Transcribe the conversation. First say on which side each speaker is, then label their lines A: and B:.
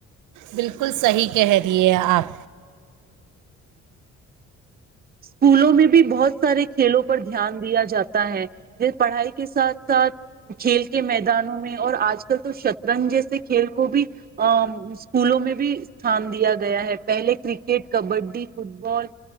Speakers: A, on the right; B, on the right.
A: بالکل صحیح کہہ دیے آپ
B: اسکولوں میں بھی بہت سارے کھیلوں پر دھیان دیا جاتا ہے پڑھائی کے ساتھ ساتھ کھیل کے میدانوں میں اور آج کل تو شطرنج جیسے کھیل کو بھی اسکولوں میں بھی استھان دیا گیا ہے پہلے کرکٹ کبڈی فٹ بال